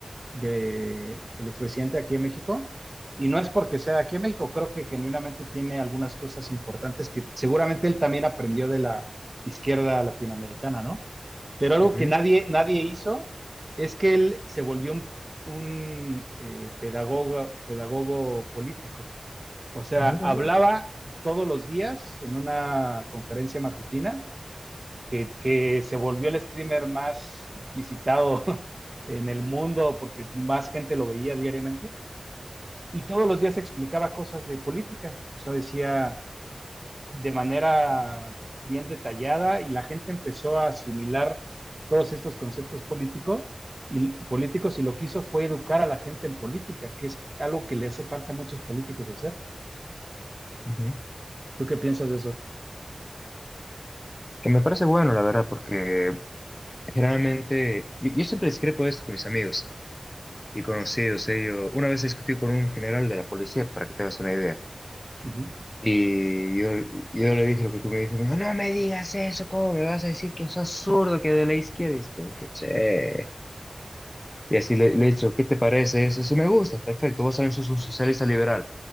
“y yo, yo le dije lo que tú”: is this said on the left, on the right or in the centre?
Left